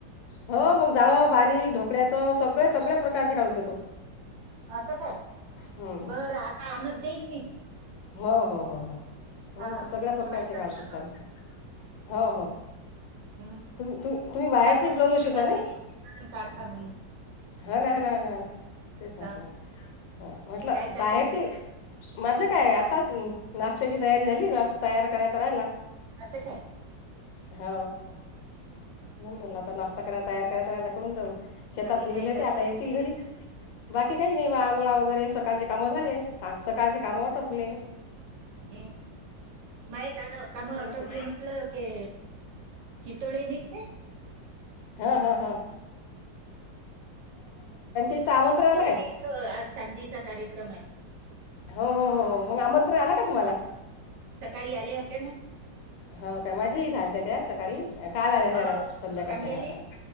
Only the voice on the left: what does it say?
हो मग जाळं बारीक ढोकळ्याचं सगळ सगळ्या प्रकारचे काढून देतो
हं, हं.
हो हो हो हो
त सगळ्या प्रकारचे
काढत
असताना हो हो
तुम तु तुम्ही बाहेरची
ब्लाऊजं
शिवता
नाही
हा ना ना ना ना तेच म्हटलं
हा म्हटलं
बाहेरची
माझं काय आताच नाष्ट्याची तयारी झाली <inaudible> तयार करायच राहिला
हो होन बरला आता नाष्टा करायला तयार करायच राहियला करून जाऊ शेतात
गेलेले
होते
आता
येतील घरी बाकी काही नाही बा आंघोळा वगैरे सकाळचे कामं झाले काम टपले
हं
ते-
हा हा हा इथं आमंत्रण
आलं काय
हो हो हो हो मग आमंत्रण आलं का तुम्हाला
हो काय माझ्याही झालत त्या सकाळी काल आलेते
रात संध्याकाळच्या
हां हां